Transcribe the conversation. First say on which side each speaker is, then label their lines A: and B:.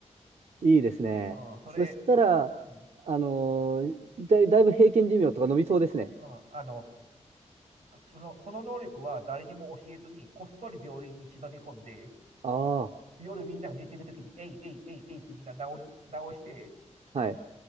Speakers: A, on the right (about 60°); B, on the right (about 85°).
A: <laughs> いいですね。
B: な。うん、それ、
A: そしたら、
B: うん、
A: あのーだい、だいぶ平均寿命とか伸びそうですね。
B: うんあの、その、その能力は誰にも教えずに、こっそり病院に忍び込んで、
A: ああ、
B: 夜みんなが寝てるときに、えいえいえいえいってみんな治し、治して、
A: はい。